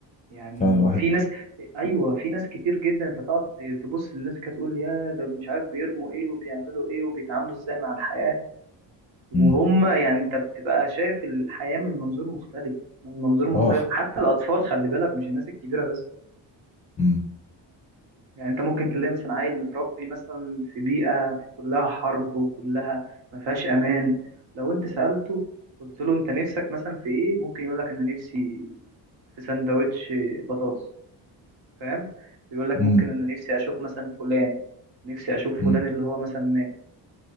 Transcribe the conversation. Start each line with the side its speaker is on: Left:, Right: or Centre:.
Right: يعني
Left: فعلا الواحد
Right: في ناس ايوه في ناس كتير جدا انت تقعد تبص للناس كده تقول يا ده مش عارف بيرموا ايه وبيعملوا ايه وبيتعاملوا ازاي مع الحياة وهم
Left: امم
Right: يعني انت بتبقى شايف الحياة من منظور مختلف من منظور مختلف
Left: اه ح-
Right: حتى الاطفال خلي بالك مش الناس الكبيرة بس
Left: امم
Right: يعني انت ممكن تلاقي مثلا عيل متربي مثلا في بيئة في كلها حرب وكلها ما فيهاش امان لو انت سألته قلت له انت نفسك مثلا في ايه ممكن يقول لك انا نفسي في سندوتش بطاطس فاهم يقول لك
Left: امم
Right: ممكن انا نفسي اشوف مثلا فلان نفسي اشوف
Left: امم
Right: فلان اللي هو مثلا مات